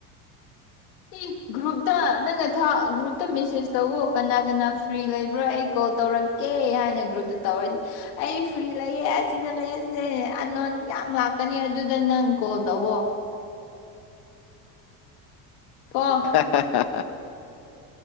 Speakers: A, on the left; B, on the left.
A: ꯏ ꯒ꯭ꯔꯨꯞꯇ ꯅꯪꯅ ꯊꯥ ꯒ꯭ꯔꯨꯞꯇ ꯃꯦꯁꯦꯖ ꯇꯧꯑꯣ ꯀꯅꯥ ꯀꯅꯥ ꯐ꯭ꯔꯤ ꯂꯩꯕ꯭ꯔ ꯑꯩ ꯀꯣꯜ ꯇꯧꯔꯛ ꯀꯦ ꯍꯥꯏꯅ ꯒ꯭ꯔꯨꯞꯇ ꯇꯧꯔꯗꯤ ꯑꯩ ꯐ꯭ꯔꯤ ꯂꯩꯌꯦꯦ ꯑꯁꯤꯗ ꯂꯩꯌꯦ ꯁꯤꯗ ꯑꯅꯣꯟ ꯌꯥꯝ ꯂꯥꯛꯀꯅꯤ ꯑꯗꯨꯗ ꯅꯪ ꯀꯣꯜ ꯇꯧꯋꯣ ꯀꯣ
B: ꯍ ꯍ ꯍ <unintelligible>